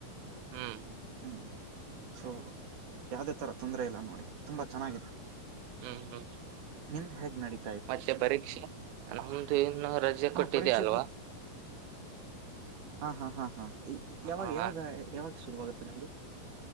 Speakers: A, on the right; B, on the right.
A: ಹ್ಮ್
B: ಹ್ಮ್ ಸೊ ಯಾವ್ದೇ ತರ ತೊಂದ್ರ ಇಲ್ಲ ನೋಡಿ ತುಂಬಾ ಚೆನ್ನಾಗಿದೆ
A: ಹ್ಮ್ ಹ್ಮ್
B: ನಿಂದ್ ಹೇಗ್ ನಡೀ
A: ಮತ್ತೆ ಪರೀಕ್ಷೆ ನಮ್ದು ಇನ್ನು ರಜೆ
B: ಹಾ
A: ಕೊಟ್ಟಿದ್ಯಾ
B: ಪರೀಕ್ಷೆ
A: ಅಲ್ವಾ
B: ಕೂಡ ಹಾ ಹಾ ಹಾ ಹಾ ಯಾವಾಗ
A: ಹ
B: ಯಾವಾಗ ಯಾವಾಗ ಶುರುವಾಗುತ್ತೆ ನಿಮ್ದು